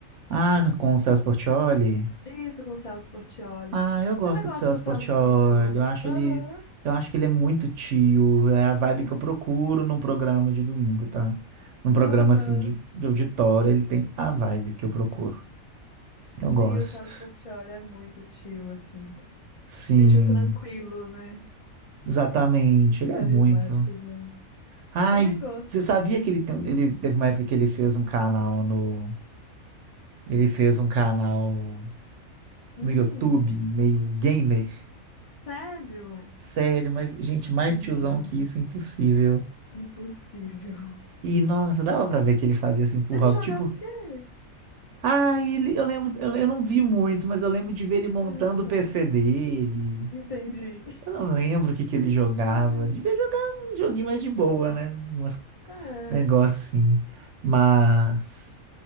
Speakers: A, on the right; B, on the left.
A: Ah, com o Celso Portiolli?
B: Isso, com o Celso Portiolli.
A: Ah, eu gosto
B: Também gosto
A: do Celso
B: do Celso
A: Portiolli.
B: Portiolli.
A: Eu acho
B: Aham,
A: ele. Eu acho que ele é muito tio. É a vibe
B: <laughs> muito.
A: que eu procuro num programa de domingo, tá? Num programa
B: Aham.
A: assim de, de auditório, ele tem a vibe que eu procuro. Eu
B: Sim,
A: gosto.
B: o Celso Portiolli é muito tio, assim.
A: Sim,
B: E um tio tranquilo, né?
A: exatamente. Ele
B: Carismáticozão.
A: é muito. Ai,
B: Também gosto.
A: você sabia que ele tem, um, ele teve uma época que ele fez um canal no, ele fez um canal
B: Hum,
A: no YouTube, meio gamer.
B: sério?
A: Sério, mas gente, mais
B: <laughs>
A: tiozão que isso, impossível.
B: Impossível.
A: E nossa, dava pra ver que ele fazia assim pro
B: Ele
A: hobby,
B: jogava
A: tipo,
B: o quê?
A: ai, ele, eu lembro, eu, eu não vi muito, mas eu lembro de ver ele montando
B: Ah, tá.
A: o PC dele.
B: Entendi.
A: Eu não lembro o que que ele jogava.
B: Ai,
A: Devia jogar um joguinho mais de boa, né? Umas
B: ah,
A: negócio
B: é.
A: assim. Mas